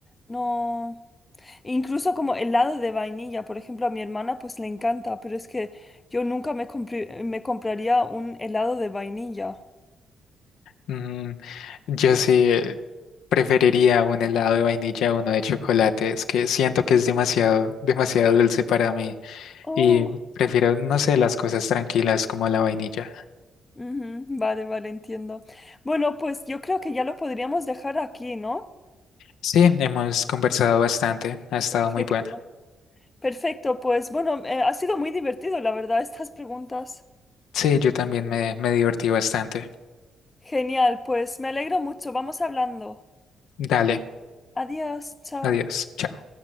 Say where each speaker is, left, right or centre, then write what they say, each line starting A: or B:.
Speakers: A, on the left; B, on the left.
A: No. Incluso como helado de vainilla, por ejemplo, a mi hermana pues le encanta, pero es que yo nunca me compri- me compraría un helado de vainilla.
B: Mm, yo sí eh, preferiría un helado de vainilla a uno de chocolate. Es que siento que
A: ¿Sí?
B: es demasiado, demasiado dulce para mí.
A: Oh,
B: Y prefiero, no sé, las cosas tranquilas como la vainilla.
A: ujú, vale, vale, entiendo. Bueno, pues yo creo que ya lo podríamos dejar aquí, ¿no?
B: Sí, hemos conversado bastante. Ha estado
A: Perfecto.
B: muy bueno.
A: Perfecto, pues bueno, eh, ha sido muy divertido, la verdad, estas preguntas.
B: Sí, yo también me, me divertí bastante.
A: Genial, pues me alegro mucho. Vamos hablando.
B: Dale,
A: Adiós, chao.
B: adiós. chao.